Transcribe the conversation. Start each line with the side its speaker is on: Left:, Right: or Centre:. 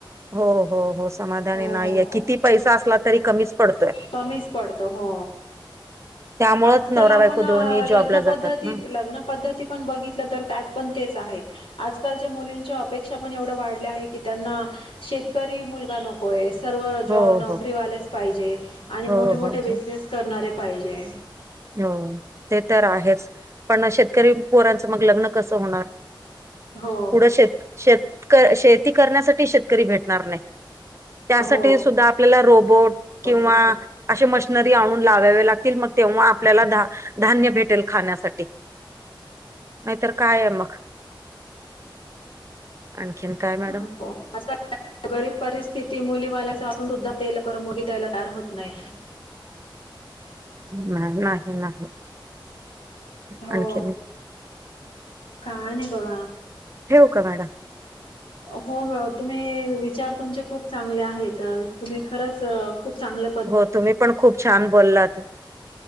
Right: हो हो हो समाधानी
Left: हो
Right: नाहीये किती पैसा असला तरी कमीच पडतोय
Left: कमीच पडत हो.
Right: त्यामुळेच
Left: आजकाल
Right: नवरा
Left: आपण
Right: बायको दोन्ही
Left: लग्न
Right: जॉबला
Left: पद्धती
Right: जातात ना
Left: लग्न पद्ती ती पण बघितलं तर त्यात पण तेच आहे. आजकालच्या मुलींच्या अपेक्षा पण एवढ्या वाढल्या आहे की त्यांना शेतकरी मुलगा नको. होय सर्व जॉब
Right: हो
Left: नोकरीवालेच
Right: हो
Left: पाहिजे आणि
Right: हो
Left: मोठे मोठे
Right: हो
Left: बिझनेस
Right: हो
Left: करणारे पाहिजे.
Right: हो ते तर आहेच पण शेतकरी पोरांचं मग लग्न कसं होणार?
Left: हो
Right: पुढं शेत शेत शेती करण्यासाठी शेतकरी भेटणार नाही. त्यासाठी
Left: हो
Right: सुद्धा आपल्याला रोबोट
Left: हो
Right: किंवा अशे मशनरी आणून लावावे लागतील मग तेव्हा आपल्याला धा धान्य भेटेल खाण्यासाठी नाहीतर काय आहे मग आणखीन काय
Left: हो
Right: मॅडम.
Left: आजकाल गरीब परिस्थिती मुलीवाल्याच असून सुद्धा तेल करून मुली द्यायला तयार होत नाही.
Right: नाही नाही नाही.
Left: हो
Right: आणखीन
Left: का नाही बघा.
Right: ठेव का मॅडम?
Left: हो ह तुम्ही विचार तुमचे खूप चांगले आहेत तुम्ही खरंच खूप चांगलं
Right: हो तुम्ही पण खूप छान बोललात